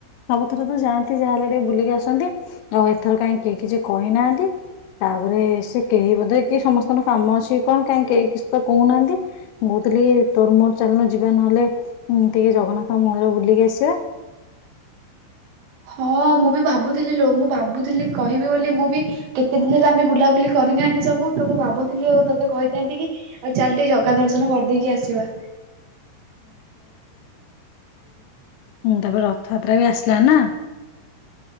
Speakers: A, on the left; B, on the right.
A: ସବୁଥର ତ ଯାଆନ୍ତି ଯାହାହେଲେ ଟିକେ ବୁଲିକି ଆସନ୍ତି ଆଉ ଏଥର କାହିଁ କେହି କିଛି କହିନାହାନ୍ତି ତାପରେ ସେ କେହି ବୋଧେ କି ସମସ୍ତଙ୍କର କାମ ଅଛି କଣ କାହିଁ କେହି କିଛି ତ କହୁନାହାନ୍ତି କହୁଥିଲି ତୋରମୋର ଚାଲୁନୁ ଯିବା ନହେଲେ ଟିକେ ଜଗନ୍ନାଥ ମନ୍ଦିର ବୁଲିକି ଆସିବା।
B: ହଁ ମୁଁ ବି ଭାବୁଥିଲି ଲୋ ମୁଁ ଭାବୁଥିଲି କହିବି ବୋଲି ମୁଁ ବି କେତେ ଦିନ ହେଲା ଆମେ ବୁଲାବୁଲି କରିନାହାନ୍ତି ସବୁ ତ ମୁଁ ଭାବୁଥିଲି ଆଉ ତୋତେ କହିଥାନ୍ତି କି ଆଉ ଚାଲ ଟିକେ ଜଗା ଦର୍ଶନ କରିଦେଇକି ଆସିବା।
A: ହୁଁ ତାପରେ ରଥଯାତ୍ରା ବି ଆସିଲା ନା